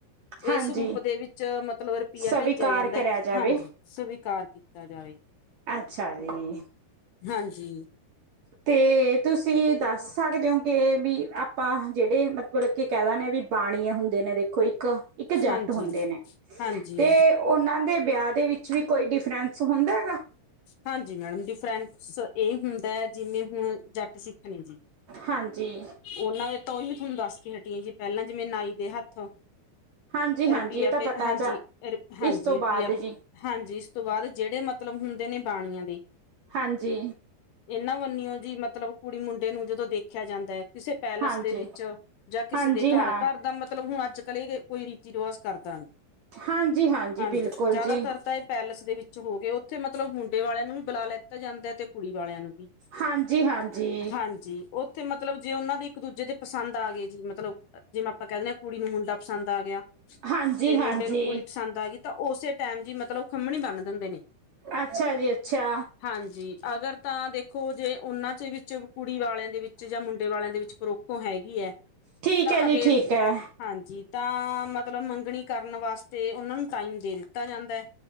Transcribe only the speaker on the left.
<inaudible>
ਇਸ ਰੂਪ ਦੇ ਵਿੱਚ ਮਤਲਬ ਰੁਪਈਆ
ਭੇਜਿਆ ਜਾਂਦਾ
ਹਾਂਜੀ ਸਵੀਕਾਰ ਕੀਤਾ ਜਾਵੇ
ਹਾਂਜੀ
ਹਾਂਜੀ
ਹਾਂਜੀ
ਹਾਂਜੀ ਮੈਡਮ ਡੀਫਰੈਂਟਸ ਇਹ ਹੁੰਦਾ ਜਿਵੇਂ ਹੁਣ ਜੱਟ ਸਿੱਖ ਨੇ ਜੀ
ਉਹਨਾਂ ਦੇ ਤਾਂ ਉਹੀ ਮੈਂ ਤੁਹਾਨੂੰ ਦੱਸ ਕੇ ਹਟੀ ਆਂ ਜੀ ਪਹਿਲਾਂ ਜਿਵੇਂ ਨਾਈ ਦੇ ਹੱਥੋ
ਰੁਪਇਆ
ਪ ਹਾਂਜੀ
ਹਾਂਜੀ
ਰੁਪਇਆ
ਹਾਂਜੀ ਇਸ ਤੋਂ ਬਾਅਦ ਜਿਹੜੇ ਮਤਲਬ ਹੁੰਦੇ ਨੇ ਬਾਣੀਆਂ ਦੇ
ਇਹਨਾਂ ਵਰਨੀਓ ਜੀ ਮਤਲਬ ਕੁੜੀ ਮੁੰਡੇ ਨੂੰ ਜਦੋਂ ਦੇਖਿਆ ਜਾਂਦਾ ਹੈ ਕਿਸੇ ਪੈਲੇਸ
ਦੇ ਵਿੱਚ ਜਾਂ ਕਿਸੇ
ਦੇ ਘਰ
ਘਰ ਦਾ ਮਤਲਬ ਹੁਣ ਅੱਜ ਕੱਲ੍ਹ ਇਹ ਕੋਈ ਰਿਵਾਜ਼ ਕਰਦਾ
ਹਾਂਜੀ
ਜ਼ਿਆਦਾਤਰ
ਤਾਂ ਇਹ ਪੈਲੇਸ ਦੇ ਵਿੱਚ ਹੋ ਗਏ ਉੱਥੇ ਮਤਲਬ ਮੁੰਡੇ ਵਾਲਿਆਂ ਨੂੰ ਵੀ ਬੁਲਾ ਲੀਤਾ ਜਾਂਦਾ ਹੈ ਤੇ ਕੁੜੀ ਵਾਲਿਆਂ ਨੂੰ ਵੀ
ਹਾਂਜੀ ਉੱਥੇ ਮਤਲਬ ਜੇ ਉਹਨਾ ਦੇ ਇੱਕ ਦੂਜੇ ਦੇ ਪਸੰਦ ਆ ਗਏ ਜੀ ਮਤਲਬ ਜਿਵੇਂ ਆਪਾਂ ਕਹਿੰਦੇ ਹਾਂ ਕੁੜੀ ਨੂੰ ਮੁੰਡਾ ਪਸੰਦ ਆ ਗਿਆ
ਤੇ ਮੁੰਡੇ ਨੂੰ ਕੁੜੀ ਪਸੰਦ ਆ ਗਈ ਤਾਂ ਉਸੇ ਟਾਈਮ ਜ ਮਤਲਬ ਉਹ ਖੰਮਣੀ ਬੰਨ ਦਿੰਦੇ ਨੇ
ਹਾਂਜੀ ਅਗਰ ਤਾਂ ਦੇਖੋ ਜੇ ਉਹਨਾਂ ਚ ਵਿੱਚ ਕੁੜੀ ਵਾਲਿਆਂ ਦੇ ਵਿੱਚ ਜਾਂ ਮੁੰਡੇ ਵਾਲਿਆਂ ਦੇ ਵਿੱਚ ਪਰੁੱਖੋਂ ਹੈਗੀ ਹੈ
ਤਾਂ
ਅਗੇ
ਹਾਂਜੀ ਤਾਂ ਮਤਲਬ ਮੰਗਣੀ ਕਰਨ ਵਾਸਤੇ ਉਹਨਾਂ ਨੂੰ ਟਾਈਮ ਦੇ ਦਿੱਤਾ ਜਾਂਦਾ ਹੈ